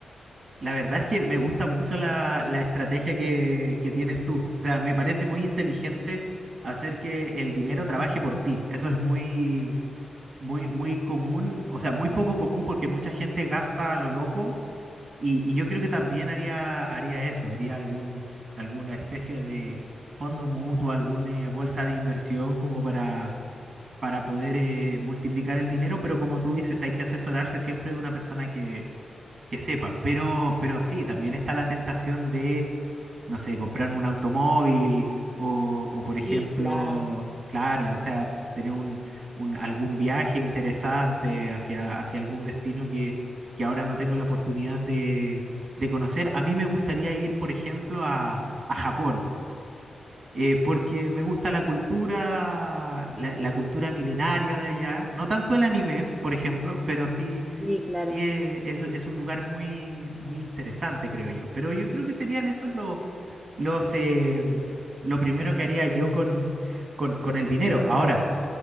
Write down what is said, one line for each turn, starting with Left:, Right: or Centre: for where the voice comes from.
Right: La verdad es que me gusta mucho la, la estrategia que, que tienes tú. O sea, me parece muy inteligente hacer que el dinero trabaje por ti. Eso es muy, muy, muy común, o sea, muy poco común porque mucha gente gasta a lo loco y, y yo creo que también haría, haría eso, vería algún, alguna especie de fondo mutuo, alguna bolsa de inversión como para para poder eh, multiplicar el dinero, pero como tú dices, hay que asesorarse siempre de una persona que, que sepa. Pero, pero sí, también está la tentación de, no sé, comprarme un automóvil o, o, por ejemplo,
Centre: Sí, claro,
Right: claro, o sea, tener un, un, algún viaje interesante hacia, hacia algún destino que, que ahora no tengo la oportunidad de, de conocer. A mí me gustaría ir, por ejemplo, a, a Japón eh, porque me gusta la cultura, la, la cultura milenaria de allá, no tanto el anime, por ejemplo, pero sí,
Centre: sí, claro.
Right: sí e- es, es un lugar muy, muy interesante, creo yo. Pero yo creo que serían esos los, los, eh, lo primero que haría yo con, con, con el dinero. Ahora,